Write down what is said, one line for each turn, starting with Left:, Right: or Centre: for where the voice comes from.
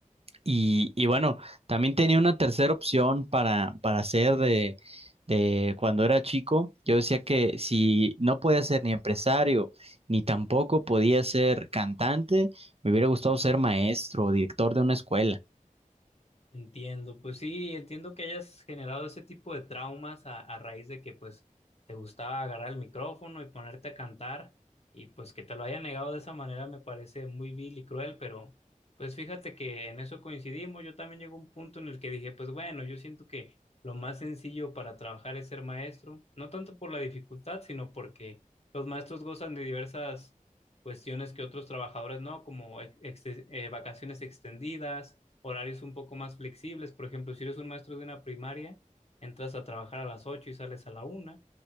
Right: Y, y bueno, también tenía una tercera opción para, para hacer de, de cuando era chico. Yo decía que si no podía ser ni empresario, ni tampoco podía ser cantante, me hubiera gustado ser maestro o director de una escuela.
Left: Entiendo, pues sí, entiendo que hayas generado ese tipo de traumas a, a raíz de que pues te gustaba agarrar el micrófono y ponerte a cantar y pues que te lo hayan negado de esa manera me parece muy vil y cruel, pero pues fíjate que en eso coincidimos, yo también llegó un punto en el que dije, pues bueno, yo siento que lo más sencillo para trabajar es ser maestro, no tanto por la dificultad, sino porque los maestros gozan de diversas cuestiones que otros trabajadores no, como ex- ex- eh, vacaciones extendidas horarios un poco más flexibles. Por ejemplo, si eres un maestro de una primaria, entras a trabajar a las 8 y sales a la una.